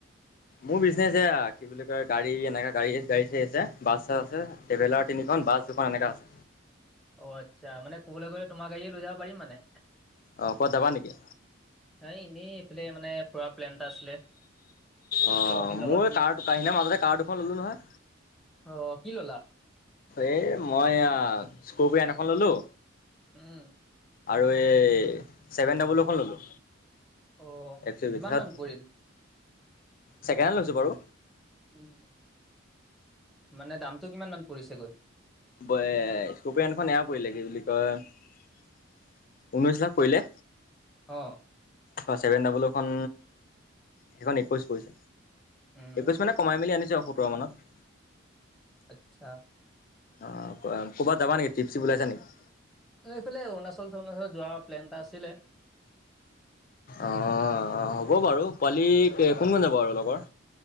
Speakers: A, on the left; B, in the centre.
A: মোৰ বিজনেছ এয়া কি বুলি কয় গাড়ী এনেকা গাড়ী গাড়ী চাৰি আছে বাছ চাছ আছে ট্ৰেভেলাৰ তিনিখন বাছ
B: অ
A: দুখন এনেকা আছে
B: অ আচ্ছা মানে কবালৈ গলে তোমাৰ গাড়ীয়ে লৈ যাব পাৰিম মানে
A: অ ক'ত যাবা নেকি
B: এনেই এইফালে মানে ফুৰা প্লেন এটা আছিলে
A: অ
B: লগৰ খিনিৰ
A: মোৰ
B: লগত
A: এই কাৰ কাহিনা মাজতে কাৰ দুখন ললো নহয়
B: অ কি ললা
A: এ মই স্কপিয় এখন ললো
B: উম
A: আৰু এই ছেভেন ডাবলিও এখন ললো
B: অ
A: একশো
B: কিমান
A: বিসাত
B: মান পৰিল
A: ছেকেণ্ড হেণ্ড লৈছো বাৰু
B: উম মানে দামটো কিমান মান পৰিছেগৈ
A: এ স্কুপেয়নখন এয়া পৰিলে কি বুলি কয় ঊনৈছ লাখ পৰিলে
B: অ
A: হয় ছেভেন ডাবলোখন সেইখন একৈছ পৰিছে
B: উম
A: একৈশ মানে কমাই মেলি আনিছো আও সোতৰ মানত
B: আচ্ছা
A: অ ক'ৰবাত যাবা নেকি টিপ চিপ ওলাইছে নেকি
B: এইফালে অৰুণাচল চৰুণাচল যোৱা প্লেন এটা আছিলে
A: অ হ'ব বাৰু পোৱালি কোন কোন যাব আৰু লগৰ